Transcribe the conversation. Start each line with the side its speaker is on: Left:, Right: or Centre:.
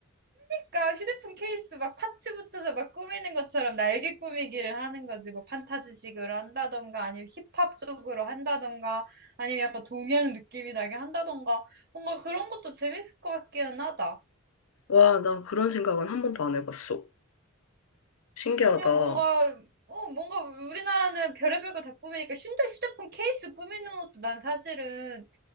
Right: 그러니까 휴대폰 케이스 막 파츠 붙여서 막 꾸미는 것처럼 날개 꾸미기를 하는 거지. 뭐 판타지식으로 한다던가 아니면 힙합 쪽으로 한다던가 아니면 약간 동양 느낌이 나게 한다던가 뭔가 그런 것도 재밌을 것 같기는 하다.
Left: 와, 나 그런 생각은 한 번도 안 해봤어. 신기하다.
Right: 그냥 뭔가, 어, 뭔가 우리나라는 별의별 걸 다 꾸미니까 휴대, 휴대폰 케이스 꾸미는 것도 난 사실은